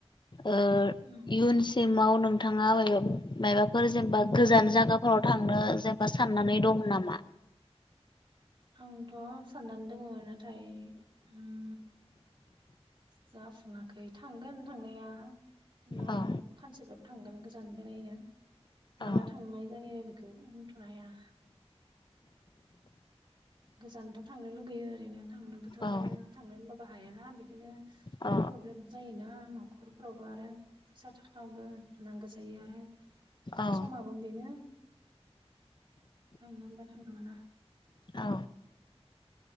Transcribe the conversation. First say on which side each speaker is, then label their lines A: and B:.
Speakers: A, on the left; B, on the right.
A: ओ
B: उम
A: इयुनसिमाव नों थाङा मायबाफोर जेनेबा गोजान जायगाफोराव थांनो जेनेबा साननानै दं नामा?
B: आंथ' साननानै दङ नाथाय उम जाफुङाखै थांगोन थांनाया उनाव
A: औ
B: सानसेबाबो थांगोन गोजान बेरायनो
A: औ
B: माला थांनाय जायो बेखौ बुंथ'नो हाया गोजानथ' थांनो लुगैयो ओरैनो थांनोबोथ'
A: औ
B: आरो थांनो होनबाबो हायाना बिदिनो
A: औ
B: प्रब्लेम जायोना न'खरफोरावबो आरो फैसा थाखाबो नांगौ जायो आरो
A: औ
B: समाबो बेनो थांनो होमबा थांनो मोना
A: औ